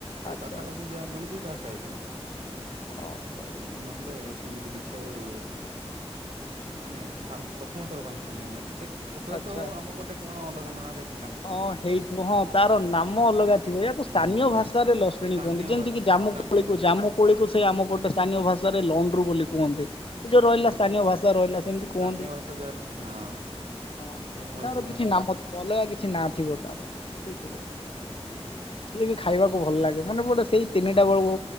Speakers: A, on the left (about 55°); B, on the right (about 80°).
A: ଆଚ୍ଛା
B: ଏ ପାଖାପାଖି
A: ଆଚ୍ଛା
B: ଯାହା ମିଳୁଛି ଯାହା ଖାଇଥିଲୁ।
A: ହଉ ହଉ
B: ଆଉ ନହେଲେ ସେମିତି କିଛି ଆଉ ମାନେ ପ୍ରଥମ ଥର ପାଇଁ ଶୁଣିଲି ମୁଁ ଦେଖ ହୁଏତ
A: ଆଚ୍ଛା ଆଚ୍ଛା।
B: ଆମପଟେ କଣ ଅଲଗା ନାଁରେ
A: ହଁ ହେଇଥିବ ହଁ ତାର ନାମ ଅଲଗା ଥିବ ୟାକୁ ସ୍ଥାନୀୟ
B: ହୁଁ
A: ଭାଷାରେ ଲସେଣି
B: ସ୍ଥାନୀୟ
A: କୁହନ୍ତି ଯେମିତି
B: ଭା
A: କିି ଜାମୁ
B: ସ୍ଥାନୀୟ
A: କୋଳିକୁ
B: ଭା
A: ଜାମୁ କୋଳିକୁ ସେ ଆମ ଗଟେ ସ୍ଥାନୀୟ ଭାଷାରେ ଲଣ୍ଡ୍ରୁ ବୋଲି କୁହନ୍ତି। ସେ ଯୋଉ
B: ହୁଁ
A: ରହିଲା ସ୍ଥାନୀୟ ଭାଷା ରହିଲା ସେମିତି
B: ସ୍ଥାନୀୟ
A: କୁହନ୍ତି।
B: ଭାଷା ଯାର ହଁ
A: ହଁ
B: ସେୟା ହଉଛି
A: ତାର କିଛି
B: ଆଉ
A: ନାମ ଅଲ କିଛି ନା ଥିବ ତାର ହେଇଥିବ। ସିଏ ବି ଖାଇବାକୁ ଭଲ ଲାଗେ ମାନେ ଗୋଟେ ସେଇ ତିନିଟା ବେଳକୁ